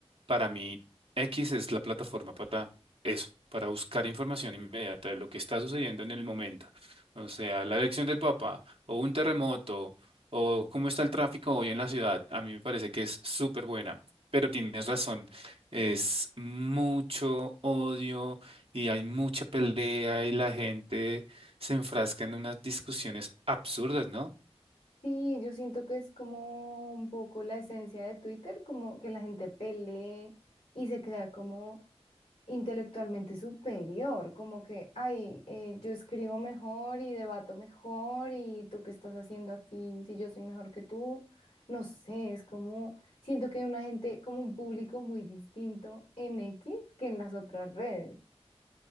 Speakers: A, on the right; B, on the left.
A: para mí X es la plataforma para eso, para buscar información inmediata de lo que está sucediendo en el momento. O sea, la elección del Papa o un terremoto o cómo está el tráfico hoy en la ciudad, a mí me parece que es súper buena, pero tienes razón, es mucho odio y hay mucha pelea y la gente se enfrasca en unas discusiones absurdas, ¿no?
B: Sí, yo siento que es como un poco la esencia de Twitter, como que la gente pelee y se crea como intelectualmente superior, como que, ay, eh, yo escribo mejor y debato mejor y tú qué estás haciendo aquí si yo soy mejor que tú. No sé, es como, siento que hay una gente, como un público muy distinto en X que en las otras redes.